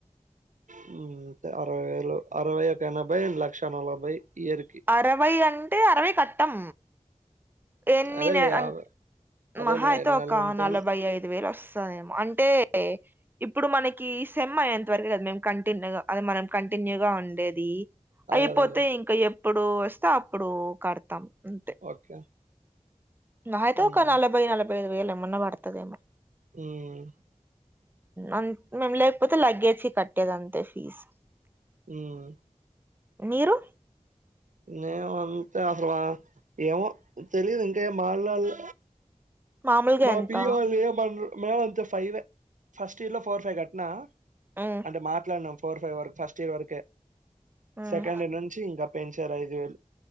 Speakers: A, on the right; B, on the right.
A: హు అరవై వేలు అరవై ఒక ఎనభై లక్ష నలభై ఇయర్ కి
B: అరవై అంటే అరవై కట్టం ఎన్నినే
A: అదేలే యాభై
B: అం
A: అదేలే
B: మహా అయితే
A: నెలలుంటాను.
B: ఒక నలభై ఐదు వేలు వస్ తాదేమో అంటే ఇప్పుడు మనకి సెమ్ అయ్యేంత వరకు కదు మేము కంటిన్యూ అది మనం కంటిన్యూగా ఉండేది
A: అదే
B: అయిపోతే
A: అదేలే.
B: ఇంకా ఎప్పుడు వస్తే అప్పుడు కడతాం అంతే
A: ఓకే
B: మహా అయితే
A: హ్మ్.
B: ఒక నలభై నలభై ఐదు వేలు ఏమన్నా పడుతదేమో
A: ఉమ్
B: అం మేము లేకపోతే లగేజ్ కట్టేది అంతే ఫీజ్
A: హుమ్
B: మీరు
A: నేము అంతే అసలు ఏమో తెలీదు ఇంకా ఏ మాట్లాడలే
B: మామూలుగా
A: మా
B: ఎంత
A: పీజీ వాళ్ళు ఏమండ్రు మేము అంతే ఫైవే ఫస్ట్ ఇయర్ లో ఫోర్ ఫైవ్ కట్టినా
B: ఉమ్
A: అంటే మాట్లాడినాం ఫోర్ ఫైవ్ వరకు ఫస్ట్ ఇయర్ వరకే
B: ఉమ్
A: సెకండ్ నుంచి ఇంకా పెంచారు ఐదు వేలు